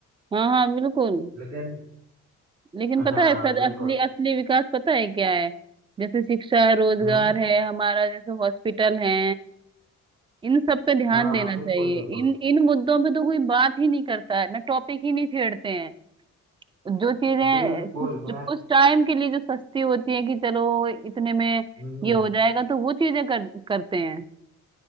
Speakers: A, on the right (about 15°); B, on the right (about 65°).
A: हाँ हाँ बिल्कुल
B: <laughs> लेकिन
A: लेकिन
B: हाँ
A: पता है सच
B: बिल्कुल
A: असली असली विकास पता है क्या है जैसे शिक्षा है रोजगार
B: हम्म
A: है हमारा जैसे हॉस्पिटल है इन सब पे ध्यान
B: हाँ
A: देना
B: हाँ बिल्कुल
A: चाहिए
B: बिल्कुल
A: इन इन मुद्दों पे तो कोई बात ही नहीं करता है ना टॉपिक ही नहीं छेड़ते हैं जो चीजें
B: बिल्कुल
A: कुछ
B: मैं
A: कुछ टाइम के लिए जो सस्ती होती है कि चलो इतने में
B: हम्म,
A: ये हो जाएगा तो वो चीजें कर, करते हैं